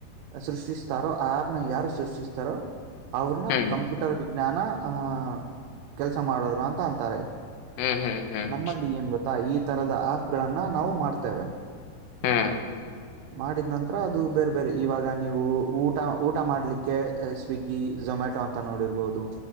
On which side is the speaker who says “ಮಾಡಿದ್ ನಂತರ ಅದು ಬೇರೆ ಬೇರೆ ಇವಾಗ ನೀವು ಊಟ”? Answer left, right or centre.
Right